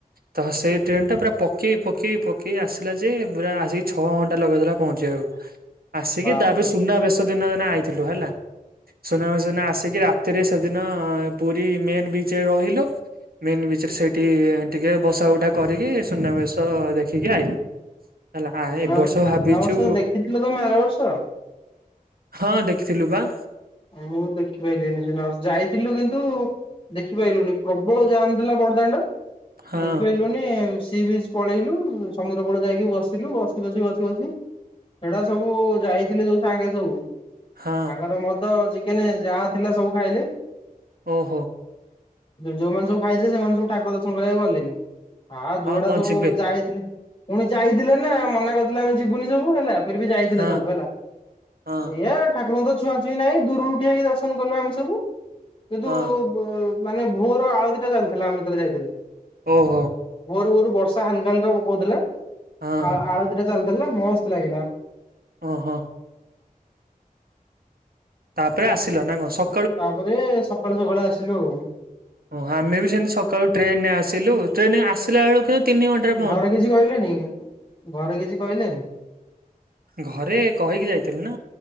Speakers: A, on the right (about 80°); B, on the left (about 35°).
A: ତ ସେହି ଟ୍ରେନଟା ପୁରା ପକେଇ ପକେଇ ପକେଇ ଆସିଲା ଯେ ପୁରା ଆସିକି ଛଅ ଘଣ୍ଟା ଲଗେଇ ଦେଲା ପହଞ୍ଚିବାକୁ।
B: <unintelligible>
A: ଆସିକି
B: ବାପରେ
A: ତା <inaudible> ବି ସୁନା ବେସ। ଦିନ <inaudible> ଆଇଥିଲୁ ହେଲା ସୁନା ବେଶ ଦିନ ଆସିକି ରାତିରେ ସେଦିନ ପୁରୀ ମେନ୍ ବିଚରେ ରହିଲୁ। ମେନ୍ ବିଚରେ ସେଇଠି ଟିକେ ବସା ଉଠା କରିକି ସୁନାବେଶ ଦେଖିକି ଆଇଲୁ।
B: ସୁନା
A: ହେଲା ଆ ଏ
B: ବେଶ
A: ବର୍ଷ
B: ସୁନ
A: ଭାବିଛୁ
B: ବେଶ ତ ଦେଖିଥିଲ ତମେ ଆର ବର୍ଷ।
A: ହଁ ଦେଖିଥିଲୁ ବା।
B: ମୁଁ ଦେଖିପାରିଲି ସିନା ଯାଇଥିଲୁ କିନ୍ତୁ ଦେଖିପାଇଲୁନି ପ୍ରବଳ ଜାମ ଥିଲା ବଡଦାଣ୍ଡ
A: ହଁ
B: ଦେଖିପାଇଲୁନି। ମେ ସି ବିଚ ପଳେଇଲୁ ସମୁଦ୍ର କୁଳ ଯାଇକି ବସିଲୁ ବସି ବସି ବସି ବସି ସେଇଟା ସବୁ ଯାଇଥିଲି ଯୋଉ ସାଙ୍ଗରେ ସବୁ।
A: ହଁ।
B: ତାଙ୍କର ମଦ ଚିକେନ ଯାହା ଥିଲା ସବୁ ଖାଇଲେ।
A: ଓହୋ।
B: ଯୋଉମାନେ ସବୁ ଖାଇଥିଲେ ସେମାନେ ସବୁ ଠାକୁର ଦର୍ଶନ କରିବାକୁ ଗଲେନି। ହଁ ଯୋଉ ଗୁଡା
A: କଣ
B: ସବୁ
A: ଯିବେ
B: ଯାଇଥିଲେ ପୁଣି ଯାଇଥିଲେ ନା ମନା କରିଥିଲେ ଆମେ ଯିବୁନି ସବୁ ହେଲା। ଫିର୍ବି ଯାଇଥିଲେ
A: ହଁ
B: ସବୁ ହେଲା
A: ହଁ
B: ଏଇଆ ଠାକୁରଙ୍କୁ ତ ଛୁଆ ଛି ନାଇଁ ଦୂରରୁ ଠିଆ ହୋଇ ଦର୍ଶନ କଲୁ ଆମେ ସବୁ କିନ୍ତୁ
A: ହଁ
B: ମାନେ ଭୋର ଆଳତୀଟା ଚାଲିଥିଲା ଆମେଯେତେବେଳେ ଯାଇଥିଲୁ।
A: ଓହୋ।
B: ଭୋରୁ ଭୋରୁ ବର୍ଷା ହାଲକା ହାଲକା ପକଉଥିଲା
A: ହଁ।
B: ଆଉ ଆଳ ଆଳତିଟା ଚାଲିଥିଲା ମସ୍ତ ଲାଗିଲା।
A: ଓହୋ। ତାପରେ ଆସିଲ ନା କଣ ସ
B: ତାପରେ ସକାଳୁ ସକାଳୁ ଆସିଲୁ ଆଉ।
A: ଓ ଆମେ ବି ସେମିତି ସକାଳୁ ଟ୍ରେନ ରେ ଆସିଲୁ ଟ୍ରେନ ଆସିଲା ବେଳକୁ ତିନି ଘଣ୍ଟା
B: ଘରେ କିଛି କହିଲେନି ଘରେ କିଛି କହିଲେନି।
A: ଘରେ କହିକି ଯାଇଥିଲୁ ନା